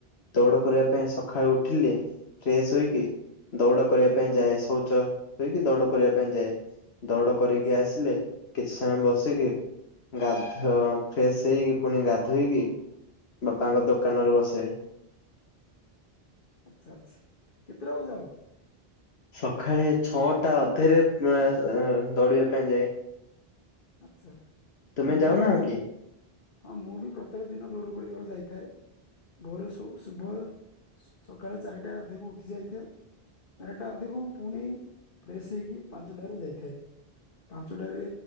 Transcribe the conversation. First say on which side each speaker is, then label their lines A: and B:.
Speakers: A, on the left; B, on the left.
A: ଦୌଡ କରିବା ପାଇଁ ସକାଳେ ଉଠିଲି ଫ୍ରେଶ ହୋଇକି ଦୌଡ଼ କରିବା ପାଇଁ ଯାଏ ଶୌଚ ହୋଇକି ଦୌଡ଼ କରିବା ପାଇଁ ଯାଏ। ଦୌଡ଼ କରିକି
B: ଆଚ୍ଛା
A: ଆସିଲେ କିଛି ସମୟ ବସିକି ଗାଧ ଫ୍ରେଶ ହେଇକି ପୁଣି ଗାଧୋଇକି। ବାପାଙ୍କ ଦୋକାନରେ ବସେ।
B: ଆଚ୍ଛା ଆଚ୍ଛା କେତେଟା ବଯାଅ?
A: ସକାଳେ ଛଅଟା ଅଧେରେ ଦୌଡିବା ପାଇଁ ଯାଏ।
B: ଆଚ୍ଛା
A: ତୁମେ
B: ହଁ ମୁଁ
A: ଯାଉନା
B: ବି ହଁ
A: କି?
B: ମୁଁ ବି ପ୍ରତ୍ୟେକ ଦିନ ଦୌଡ଼ ଘୋଡ଼ିବାକୁ ଯାଇଥାଏ। ଭୋରୁ ସବୁ ଶୁଭ ସକାଳେ ଚାରିଟା ଅଧିକ ଉଠି ଯାଇଥାଏ। ଚାରଟା ଅଧିକ ପୁଣି ଫ୍ରେଶ ହେଇକି ପାଞ୍ଚଟାରେ ଯାଇଥାଏ। ପାଞ୍ଚଟାରେ